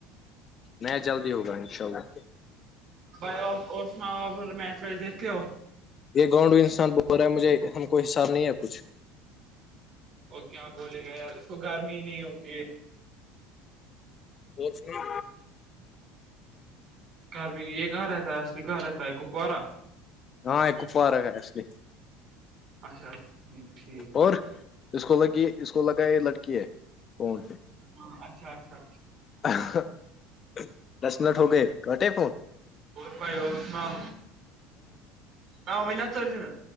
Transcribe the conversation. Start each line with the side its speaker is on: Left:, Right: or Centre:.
Left: نہیں جلدی ہوگا انشاء اللہ
Right: بائی آف اور سناؤ آپ میچ ویچ دیکتے ہو
Left: یہ گاؤڈو انسان بول رہا ہے مجھے ہم کو حساب نہیں ہے کچھ
Right: او کیااں بولے گئے ی اس کو گرمی ہی نہیں ہوتی ہے
Left: اور سنا
Right: گھر میں یہ کہاں رہتا ہے اصلی کہاں رہتا ہے کپوارا
Left: ہاں ایکوپوار ہےسلی
Right: اچھا اچھا ٹھ ٹھیک
Left: اور اس کو لگ اس کو لگا یہ لڑکی ہے کونچ
Right: ہاں اچھا اچھا
Left: <unintelligible> دس منٹ ہو گئے کٹے فون
Right: اور بھائی اور سناؤ ہ اوینات چور ت ن